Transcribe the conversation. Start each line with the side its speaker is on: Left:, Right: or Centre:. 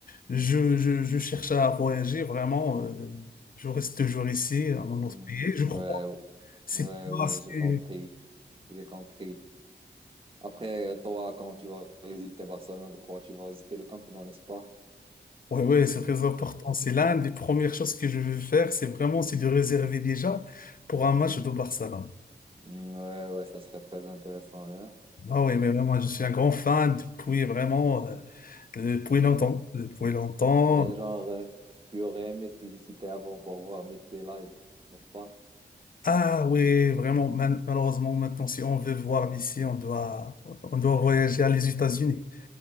Left: je, je, je cherche à voyager, vraiment, euh, je reste toujours ici, dans notre
Right: Mm,
Left: pays. Je crois
Right: Ouais,
Left: c'est
Right: ouais,
Left: pas
Right: ouais,
Left: assez-
Right: j'ai compris, j'ai compris. Après, euh, toi, quand tu vas visiter Barcelone, je crois, tu vas visiter le Camp Nou, n'est-ce pas?
Left: Ouais, ouais, c'est très important. C'est l'un des premières choses que je veux faire, c'est vraiment c'est de réserver déjà pour un match de Barcelone.
Right: Mm, Ouais, ouais, ça serait très intéressant, hein.
Left: Ah oui, mais vraiment, je suis un grand fan depuis vraiment euh, depuis longtemps, depuis longtemps.
Right: Mais genre, euh, tu aurais aimé si, si t'es avant pour voir Messi live, n'est-ce pas?
Left: Ah oui, vraiment. mal- malheureusement, maintenant, si on veut voir Messi, on doit on doit voyager à les États-Unis.